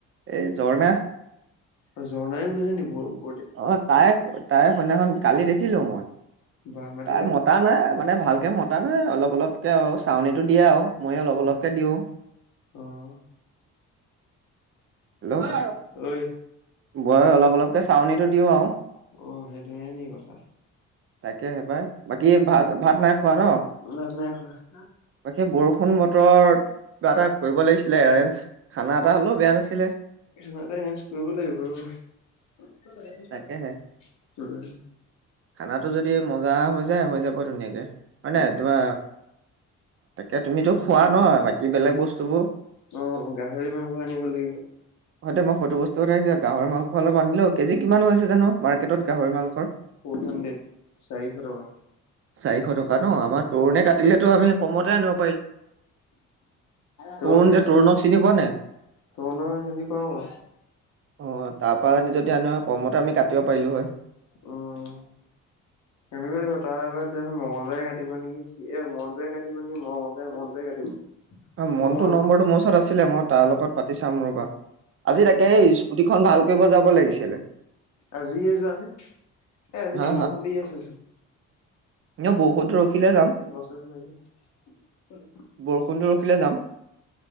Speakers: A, on the right; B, on the left.
A: এই ঝৰ্ণা।
B: অ', ঝৰ্ণাইও গৈছে নেকি বাৰু?
A: অ', তাই, তাই সদিনাখন কালি দেখিলো মই
B: বা মাতিছে
A: তাই মতা নাই মানে ভালকে মতা নাই অলপ অলপকে আৰু চাউনীটো দিয়ে আৰু মইয়ে অলপ
B: অ
A: অলপকে দিওঁ
B: অ'
A: হেল্ল'
B: তা ঐ
A: বই অলপ অলপকৈ চাউনটো দিওঁ আৰু
B: অ সেইটোহে নি কথা
A: তাকে সেইবাই বাকী ভাত, ভাত নাই খোৱা ন?
B: নাই, নাই খােৱা।
A: বাকী বৰষুণ বতৰত কিবা এটা কৰিব লাগিছিলে এৰেঞ্জ খানা এটা হ'লেও বেয়া নাছিলে।
B: সটা এৰেঞজ কৰিব লাগিব ৰ'বা।
A: তাকেহে
B: উম।
A: খানাটো যদি মজা হৈ যায় হৈ যাব ধুনীয়াকে হয় নাই
B: উম
A: তিবা এ তুমিতো
B: চবে
A: খোৱা নহয় বাকী বেলেগ বস্তুবোৰ
B: অ', গাহৰি মাংস আনিব লাগিব।
A: <inaudible> হয়েইটো মই সটো বস্তু কথা গাহৰি মাং অলপ আনিলো কেজি কিমান হৈছে জানো মাৰ্কেটত গাহৰি মাংৰ?
B: ফ'ৰ হাণ্ড্ৰেড চাৰিশ টকা।
A: চাৰিশ টকা ন আমাৰ তৰুণে কাটিলেতো আমি কমতে আনো
B: তনি
A: তৰুণ যে তৰুণক চিনি পোৱা নাই
B: তৰুণ খিনি পাওঁ
A: অ তাৰ পৰা আ যদি আনো কমতে আমি কাটিব পাৰিলো হয়।
B: উম, সেনেকুৱা কথা লাগিব তাৰ তাত জানো মঙগলবাৰে কাটিব নেকি সি মনটোৱে কাটিব নেকি মঙগলবাৰে মনটোৱে কাটিব
A: মনটো
B: মঙ্গল
A: নম্বৰটো মোৰ ওচৰত আছিলে মই তাৰ লগত পাতি চাম ৰবা। আজি তাকে স্কুটি খন ভাল কৰিব যাব লাগিছিলে।
B: আজিয়ে যোৱানে এ আজি
A: হা
B: বৰষুণ দি আছে চোন।
A: এ বহুত দূৰ ৰখিলে যাম।
B: বছৰে পাইকে।
A: বৰষুণটো ৰখিলে যাম।